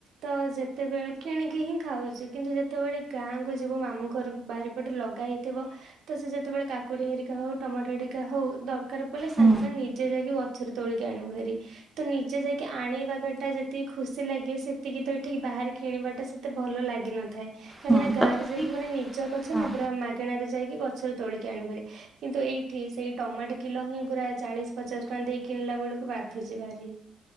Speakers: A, on the right; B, in the centre.
A: ତ ଯେତେବେଳେ କିଣିକି ହିଁ ଖାଉଛୁ କିନ୍ତୁ ଯେତେବେଳେ ଗାଁ ଗାଁକୁ ଯିବୁ ମାମୁଁ ଘରୁକୁ ବାରିପଟେ ଲଗା ହେଇଥିବ ତ ସେ ସେତେବେଳେ କାକୁଡି ହେରିକା ହଉ ଟମାଟୋ ହେରି କା ହଉ ଦରକାର ପଡିଲେ ସାଙ୍ଗେ
B: ହୁଁ
A: ସାଙ୍ଗେ ନିଜେ ଯାଇକି ଗ ତୋଳିକି ଆଣିବୁ ଭାରି। ତ ନିଜେ ଯାଇକି ଆଣିବାଟା ଯେତିକି ଖୁସି ଲାଗେ ସେତିକି ତ ଏଠିକ ବା ବାହାରେ କିଣିବା ଟା ସେତେ ଭଲ ଲାଗିନଥାଏ। କାହିଁକି
B: ହୁଁ
A: ଗାଁରେ
B: ତଥାପି
A: ଯାଇକି ମାନେ ନିଜ ଗଛ
B: ହଁ
A: ପୁରା ମାଗଣା ରେ ଯାଇକି ଗଛରୁ ତୋଳିକି ଆଣିବୁ ଭାରି। କିନ୍ତୁ ଏଇ ଏଠି ସେଇ ଟମାଟୋ କିଲୋ ହିଁ ପୁରା ଚାଳିଶ ପଚାଶ ଟଙ୍କା ଦେଇ କିଣିଲା ବେଳକୁ ବାଧୁଚି ଭାରି।